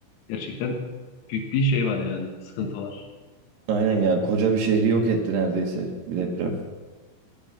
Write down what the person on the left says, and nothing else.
gerçekten büyük bir şey var yani sıkıntı var.